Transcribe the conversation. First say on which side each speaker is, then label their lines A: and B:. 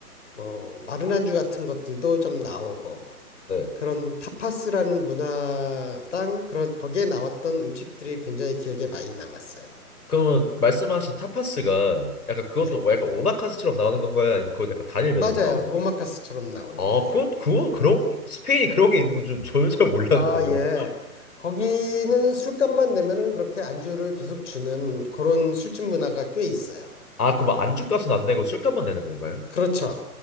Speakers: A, on the left (about 50°); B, on the left (about 70°).
A: 뭐 마른 안주 같은 것들도 좀 나오고
B: 네.
A: 그런 타파스라는 문화랑 그런 거기에 나왔던 음식들이 굉장히 기억에 많이 남았어요.
B: 그러면 말씀하신 타파스가 약간 그것도
A: 네,
B: 약간 오마카세처럼 나오는 건가요? 아니면 그건 약간 단일 메뉴로
A: 맞아요.
B: 나오는
A: 오마카스처럼
B: 거예요?
A: 나오는
B: 아,
A: 거예요.
B: 그건 그건 그런 스페인이 그런 게 있는 건 좀 전혀 몰랐네요.
A: 아, 예. 거기는 술값만 내면은 그렇게 안주를 계속 주는 그런 술집 문화가 꽤 있어요.
B: 아, 그럼 안주값은 안 내고 술값만 내는 건가요?
A: 그렇죠.